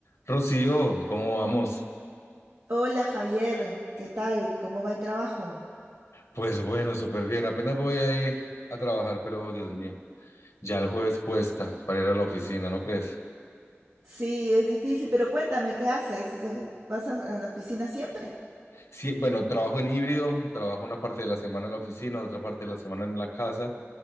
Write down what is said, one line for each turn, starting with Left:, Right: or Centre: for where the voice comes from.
Left: Rocío, ¿cómo vamos?
Right: Hola Javier, ¿qué tal? ¿Cómo va el trabajo?
Left: Pues bueno, súper bien. Apenas voy a ir a trabajar, pero Dios mío, ya el jueves cuesta para ir a la oficina, ¿no crees?
Right: Sí, es difícil, pero cuéntame, ¿qué haces? ¿Vas a a la oficina siempre?
Left: Sí, bueno, trabajo en híbrido, trabajo una parte de la semana en la oficina, otra parte de la semana en la casa,